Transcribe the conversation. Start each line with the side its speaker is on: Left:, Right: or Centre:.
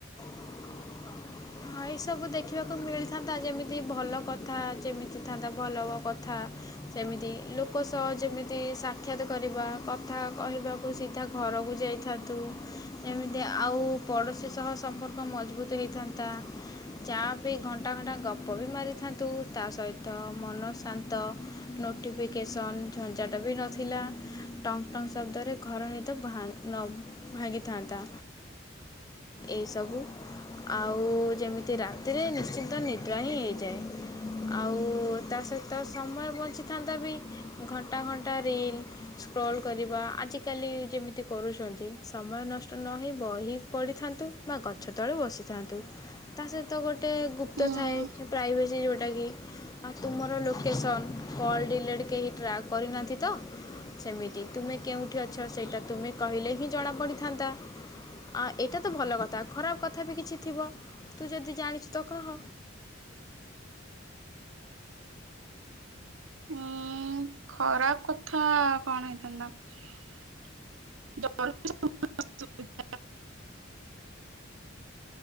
Left: <inaudible> ହଁ ଏଇସବୁ ଦେଖିବାକୁ ମିଳିଥାନ୍ତା ଯେମିତି ଭଲ କଥା ଯେମିତି ଥାନ୍ତା ଭଲ କଥା ସେମିତି ଲୋକ ସହ ଯେମିତି ସାକ୍ଷାତ କରିବା କଥା କହିବାକୁ ସିଧା ଘର କୁ ଯାଇଥାନ୍ତୁ ଯେମିତି ଆଉ ପଡ଼ୋଶୀ ସହ ସମ୍ପର୍କ ମଜବୁତ୍ ହୋଇଥାନ୍ତା। <inaudible> ଚା ପି ଘଣ୍ଟା ଘଣ୍ଟା ଗପ ବି ମାରିଥାନ୍ତୁ ତା ସହିତ ମନ ଶାନ୍ତ ନ ନୋଟିଫିକେସନ୍ ଝଞ୍ଚାଟ ବି ନଥିଲା। ଟଙ୍ଗ୍ ଟଙ୍ଗ ଶବ୍ଦରେ ଘର ନିଦ ଭା ନ ଭାଙ୍ଗିଥାନ୍ତା। ଏଇ ସବୁ ଆଉ ଯେମିତି ରାତିରେ ନିଶ୍ଚିନ୍ତ ନିଦ୍ରା ହିଁ ହେଇଯାଏ। ଆଉ ତା ସହିତ ସମୟ ବଞ୍ଚିଥାନ୍ତା ବି ଘଣ୍ଟା ଘଣ୍ଟା ରିଲ୍ ସ୍କ୍ରଲ୍ କରିବା ଆଜିକାଲି ଯେମିତି କରୁଛନ୍ତି ସମୟ ନଷ୍ଟ ନହୋଇ ବହି ପଢ଼ିଥାନ୍ତୁ। ବା ଗଛ ତଳେ ବସିଥାନ୍ତୁ। ତା ସହିତ ଗୋଟେ ଗୁପ୍ତ
Right: ଉଁ
Left: ଥାଏ ପ୍ରାଇଭେସି ଯେଉଁଟା କି ଆ ତୁମର ଲୋକେସନ୍ କଲ୍ ଡିଲିଟ୍ କେହି ଟ୍ରାକ୍ କରିନାହାନ୍ତି ତ ସେମିତି ତୁମେ କେଉଁଠି ଅଛ ସେଇଟା ତୁମେ କହିଲେ ହିଁ ଜଣାପଡ଼ିଥାନ୍ତା। ଆ ଏଇଟା ତ ଭଲ କଥା ଖରାପ କଥା ବି କିଛି ଥିବ। ତୁ ଯଦି ଜାଣିଛୁ ତ କହ।
Right: ଉଁ ଖରାପ କଥା କଣ ହେଇଥାନ୍ତା। <unintelligible>